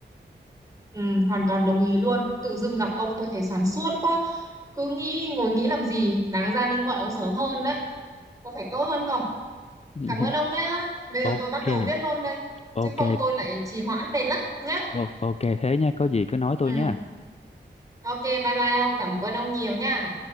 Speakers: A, on the right; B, on the left.
A: Ừ, hoàn toàn đồng ý luôn. Tự dưng gặp ông tôi thấy xoắn suốt quá. Cứ nghĩ ngồi nghĩ làm gì, đáng ra nên gọi ông sớm hơn đấy. Có phải tốt hơn không?
B: <laughs>
A: Cảm ơn ông nhá. Bây
B: ok
A: giờ tôi bắt đầu viết luôn đây.
B: ok
A: Chứ không tôi lại trì hoãn mệt lắm nhá.
B: o- ok thế nha có gì cứ nói tôi
A: Ừ,
B: nha
A: ok, bye bye ông. Cảm ơn ông nhiều nhá.